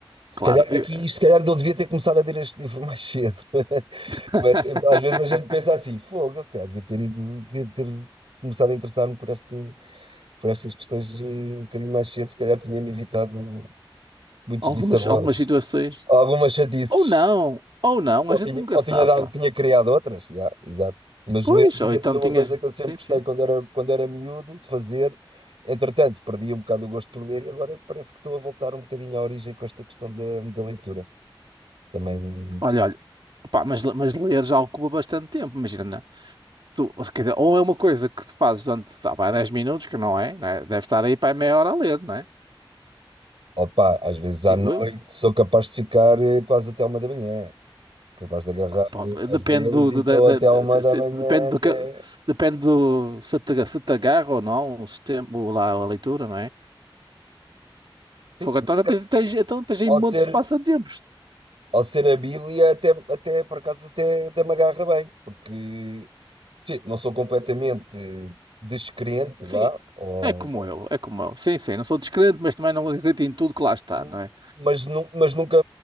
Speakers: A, on the right; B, on the right.
A: Se
B: claro,
A: calhar
B: eu-
A: aqui, se calhar eu devia ter começado a ler este livro mais cedo. <laughs>
B: <laughs>
A: Mas eh, às vezes a gente pensa assim, fogo, eu se calhar devia ter ido, devia ter começado a interessar-me por esta, por estas questões eh, um bocadinho mais cedo, se calhar tinha-me evitado muitos
B: algumas,
A: dissabores,
B: algumas situações.
A: algumas chatices,
B: Ou não, ou não,
A: ou
B: a gente
A: tinha,
B: nunca
A: ou
B: sabe,
A: tinha dado,
B: pá.
A: tinha criado outras, já, exato. Mas
B: Pois,
A: ler, por
B: ou
A: exemplo,
B: então
A: é uma
B: tinhas.
A: coisa que eu sempre
B: Sim,
A: gostei
B: sim.
A: quando era, quando era miúdo de fazer. Entretanto, perdi um bocado o gosto por ler e agora parece que estou a voltar um bocadinho à origem com esta questão da, da leitura. Também
B: Olha, olha, pá, mas, mas ler já ocupa bastante tempo, imagina, né? Tu, ou, se- quer dizer, ou é uma coisa que tu fazes durante, tá, pá, 10 minutos, que não é, né? Deve estar aí para meia hora a ler, não é?
A: Opa, às vezes à
B: Digo
A: noite
B: eu.
A: sou capaz de ficar eh, quase até à uma da manhã. Capaz de agarrar
B: Pá,
A: eh,
B: depende
A: às 10
B: do,
A: e
B: do-
A: estou
B: da- da-
A: até
B: da-
A: à uma
B: se-
A: da
B: se-
A: manhã
B: depende do
A: até.
B: que, depende do se te, se te agarra ou não o sistema, o lá, a leitura, não é?
A: Sim,
B: Fogo, então
A: neste
B: já tens,
A: caso,
B: tens, então tens aí
A: ao
B: montes
A: ser,
B: de passatempo
A: ao ser a Bíblia, até, até por acaso até, até me agarra bem, porque sim, não sou completamente descrente,
B: Sim,
A: vá,
B: é
A: ou-
B: é como eu, é como eu. Sim, sim, não sou descrente, mas também não acredito em tudo que lá está,
A: ou-
B: não é?
A: mas, nu- mas nunca